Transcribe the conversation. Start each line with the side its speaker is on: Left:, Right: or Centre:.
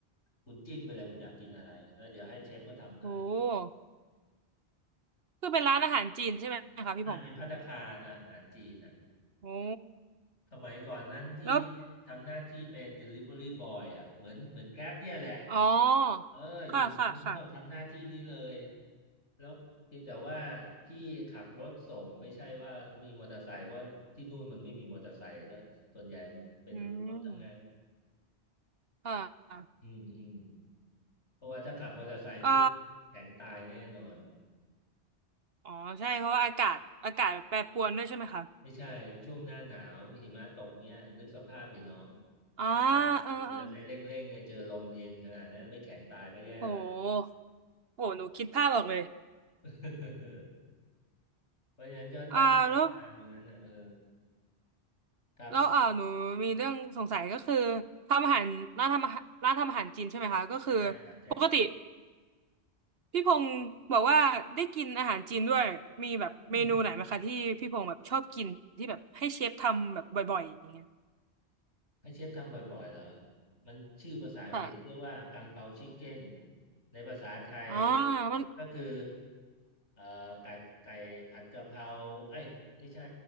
Left: คุณจิ้มไปเลยคุณอยากกินอะไรแล้วเดี๋ยวให้เชฟเขาทำให้
Right: โห คือเป็นร้านอาหารจีนใช่ไหมคะพี่พงษ์
Left: กลายเป็นภัตตาคารอาหารจีนอ่ะ
Right: โอ้
Left: สมัยก่อนนั้นพี่
Right: แล้ว
Left: ทำหน้าที่เป็น Delivery Boy อ่ะเหมือนเหมือน Grab เนี่ยแหละ
Right: อ๋อ
Left: เอออยู่เมืองนอกทำหน้าที่นี้เลย
Right: ค่ะค่ะค่ะ
Left: แล้วเพียงแต่ว่าพี่ขับรถส่งไม่ใช่ว่ามีมอเตอร์ไซค์เพราะที่นู่นมันไม่มีมอเตอร์ไซค์แล้วส่วนใหญ่เป็นรถทั้งนั้น
Right: อืมค่ะ
Left: อืมอืมเพราะว่าถ้าขับมอเตอร์ไซค์นี่
Right: เอ่
Left: แข็งตายแน่นอน
Right: ออ๋อใช่เพราะว่าอากาศอากาศแปรปรวนด้วยใช่ไหมคะ
Left: ไม่ใช่ช่วงหน้าหนาวหิมะตกเนี่ยนึกสภาพดิน้อง
Right: อ่า
Left: เวลาขี่มอเตอร์ไซค์เร่งๆเนี่ยเจอลมเย็นขนาดนั้นไม่แข็งตายก็แย่แล้ว
Right: เออเออโหโหหนูคิดภาพออกเลย
Left: <laughs> เพราะฉะนั้นก็ได้ประสบการณ์ตรงนั้นนะเออ
Right: อ่าแล้ว
Left: ครับ
Right: แล้วอ่าหนูมีเรื่องสงสัยก็คือทำอาหารร้านทำอาหารร้านทำอาหารจีนใช่ไหมคะก็คือ
Left: ใช่ครับใช่ครับ
Right: ปกติ พี่พงศ์บอกว่าได้กินอาหารจีนด้วยมีแบบเมนูไหนไหมคะที่พี่พงศ์แบบชอบกินที่แบบให้เชฟทำแบบบ่อยๆอย่างเงี้ย
Left: อืม ให้เชฟทำบ่อยๆเหรอ มันชื่อภาษาอังกฤษเรียกว่ากังเปาชิคเก้น
Right: ค่ะ
Left: ในภาษาไทย
Right: อ๋อมัน
Left: ก็คือเอ่อไก่ไก่ผัดกะเพราเอ้ยไม่ใช่